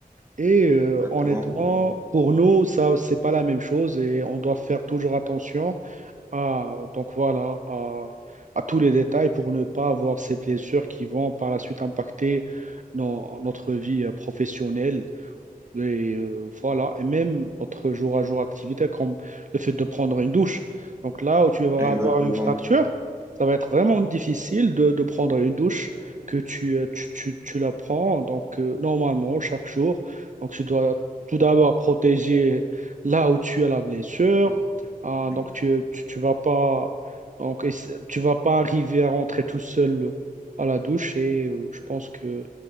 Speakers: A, on the right; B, on the right.
A: Et euh,
B: exactement.
A: honnêtement, pour nous, ça, c'est pas la même chose et on doit faire toujours attention ah, donc voilà, à, à tous les détails pour ne pas avoir ces blessures qui vont par la suite impacter nos- notre vie euh, professionnelle et euh, voilà, et même notre jour à jour activité, comme le fait de prendre une douche. Donc là où tu vas
B: Exactement.
A: avoir une fracture, ça va être vraiment difficile de, de prendre une douche que tu, euh, tu, tu- tu la prends. Donc euh, normalement, chaque jour, donc tu dois tout d'abord protéger là où tu as la blessure.
B: <laughs>
A: Ah,
B: Exactement.
A: donc tu, tu, tu vas pas, donc, essa- tu vas pas arriver à rentrer tout seul à la douche et euh, je pense que